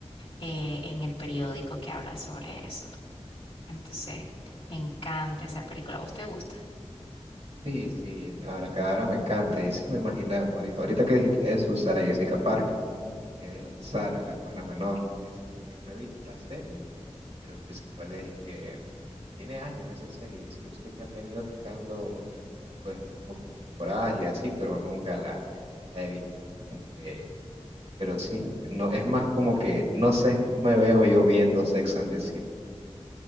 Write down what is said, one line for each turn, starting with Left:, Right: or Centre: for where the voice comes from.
Left: eh, en el periódico que habla sobre eso. Entonces, me encanta esa película, ¿a vos te gusta?
Right: Sí, sí, Abracadabra me encanta. Y sí me imaginaba, ahori- ahorita que dijiste eso, Sara Jessica Parker, que es Sara, la hermana menor. Sí, sé quién es, no he visto la serie, pero sí sé cuál es y que tiene años esa serie. Solo sé que han venido tocando. pues muchas temporadas y así, pero nunca la he visto. Este, pero sí, no, es más como que, no sé, no me veo yo viendo Sex and the City.